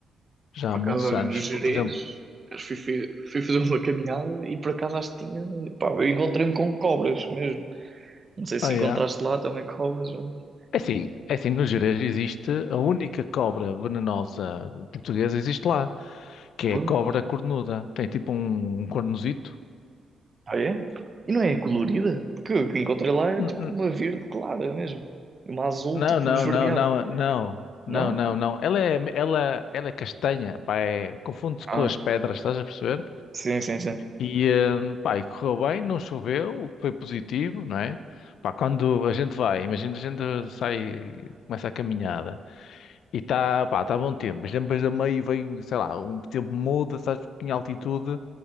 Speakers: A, on the left; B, on the right.
A: Já
B: Por
A: há muitos
B: acaso, olha,
A: anos.
B: no Gerês,
A: Por exemplo,
B: acho que fui, fui- fui fazer uma caminhada e por acaso acho que tinha. Pá, eu encontrei-me com cobras mesmo. Não sei se
A: ah,
B: encontraste
A: é.
B: lá também cobras. mas-
A: É assim, é assim, no Gerês existe a única cobra venenosa portuguesa existe lá, que é
B: Pois.
A: a cobra cornuda. Tem tipo um, um cornozito.
B: Ah, é? E não é colorida? Porque o que encontrei lá era
A: N-
B: tipo
A: n-
B: uma verde clara mesmo. E Uma azul
A: Não,
B: tipo
A: não,
B: esverdeado.
A: não, não, não, não,
B: Não?
A: não, não. Ela é, ela, ela é castanha, pá, é, confunde-se
B: ah
A: com as pedras, estás a perceber?
B: Sim, sim, sim.
A: E, eh, pá, e correu bem, não choveu, o que foi positivo, não é? Pá, quando a gente vai, imagina a gente sai, começa a caminhada e está, pá, está bom tempo, mas depois a meio vem, sei lá, um tempo muda, sabes, porque em altitude